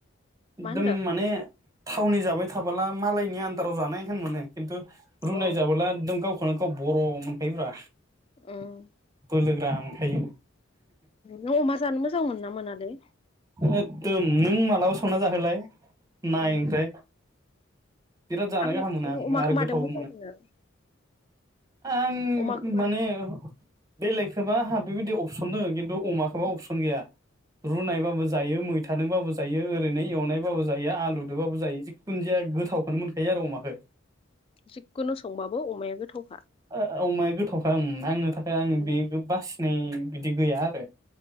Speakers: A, on the right; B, on the left.
A: एकदम
B: होनदों
A: माने थावनि जाबाय थाबोला मालायनि आ बटाराव जानाय होन मोनो खिन्थु रुनाय
B: औ
A: जाबोलाम गावखौनो गाव बर' मोनखायोब्रा।
B: ओम
A: बोलोग्रा मोन खायो।
B: नों अमा जानो मोजां मोन ना मोनालै
A: एखदम नों मालाबा संना जाहोलाय नाय
B: औ
A: ओमफ्राय बिराद जानो
B: आं
A: गाहाम मोनो
B: नों अमाखौ
A: आरो गोथावबो
B: माजों मोजां मोनो?
A: आं
B: अमाखौ मादों
A: माने बेलेंखौबा आंहा बेबायदि अपसन दङ खिन्थु अमाखौबा अपसन गैया। रुनायबाबो जायो मैथादोंबाबो जायो ओरैनो एवनायबाबो जायो आलुजोंबाबो जायो जिखुन जाया गोथावखौनो मोनखायो आरो अमाखौ।
B: जिखुनु संबाबो अमाया गोथावखा।
A: अमाया गोथावखोमोन ओम आंनो थाखाय आं
B: उम
A: बे बासिनाय बिदि गैया आरो